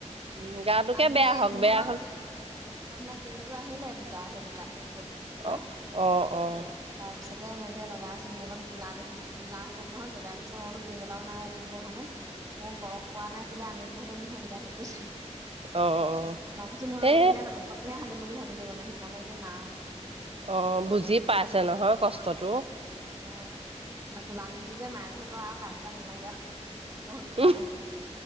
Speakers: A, on the right (about 50°); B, on the right (about 30°).
A: উম, গাটোকে
B: আজি
A: বেয়া হওক,
B: মোৱা
A: বেয়া হ'ল
B: ঔষধ না কিমো আহিলে দুটা আহে দুটা ঔষধ দুটা
A: অ', অ', অ', অ',
B: তাৰপিছত পিছতে মই এয়া লগাইছো মোৰকণ কলা দেখিছো কলা হৈ গল নহয় দেতাই কৈছে মইতো কবাটাও নাই এইটো অহানে মোক ক পোৱা নাই ব আনিলো হেৰে নহয় দতি হ' গৈছে।
A: অ', অ',
B: ভাবছো নহয়
A: এ
B: এইটোহে ওপৰতটোহে সানিম বুলি ভাবিলো মানে সেইকাৰণে বোলো নাওনা
A: অ, বুজি পাইছে নহয় কষ্টতটো।
B: অ, কোলা দেখিছে যে মায়ে গছে তো আৰু কালিৰ পৰাা নালাগে আৰু বহুত কোলা
A: উম,
B: হ'ল ন